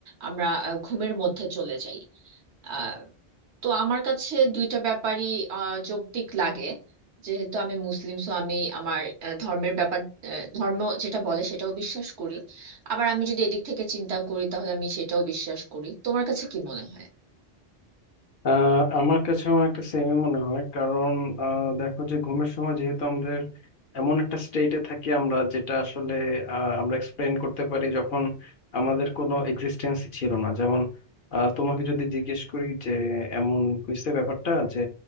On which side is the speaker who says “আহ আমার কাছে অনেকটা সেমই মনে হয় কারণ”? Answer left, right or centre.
Left